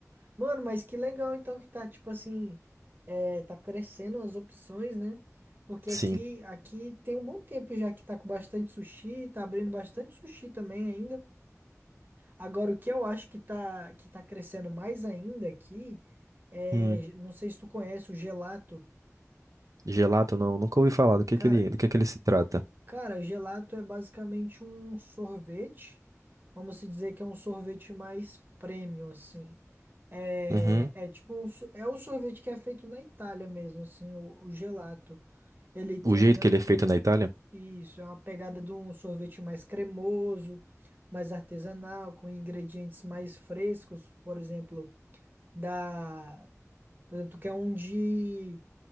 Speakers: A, on the right; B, on the right.
A: Mano, mas que legal, então, que tá, tipo assim, é, tá crescendo as opções, né? Porque
B: sim.
A: aqui, aqui tem um bom tempo já que tá com bastante sushi, tá abrindo bastante sushi também ainda. Agora, o que eu acho que tá, que tá crescendo mais ainda aqui, é,
B: Hum,
A: não sei se tu conhece o gelato.
B: gelato não, nunca ouvi falar do que
A: Cara,
B: que ele, do que que ele se trata.
A: Cara, gelato é basicamente um sorvete. Vamos se dizer que é um sorvete mais premium, assim. É,
B: Uhum.
A: é tipo um, so- é o sorvete que é feito na Itália mesmo, assim, o, o gelato. Ele tem
B: O jeito que ele é feito na Itália?
A: isso, é uma pegada de um sorvete mais cremoso, mais artesanal, com ingredientes mais frescos, por exemplo, da, por exemplo, tu quer um de